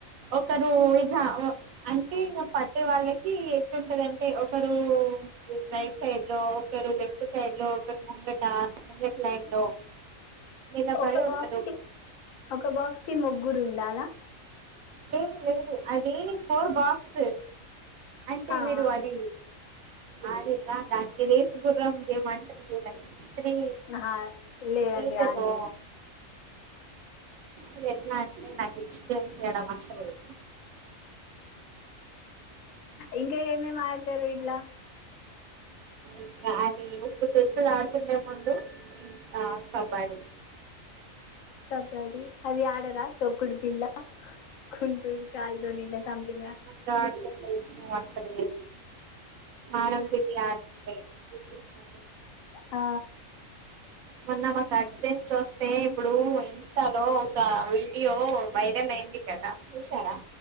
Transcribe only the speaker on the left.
ఒక
బాక్స్కి ఒక బాక్స్ కి ముగ్గురు ఉండాలా
ఆ,
ఆ.
ఆహా, లేదండి
ఆడలే
ఇంకా ఏమేం ఆడతారు ఇట్లా
కబడ్డీ అది ఆడరా తొక్కుడు బిల్లా కుంటుడు కాల్ తోని ఇలా సమ్ంతంగ్ గా
ఆ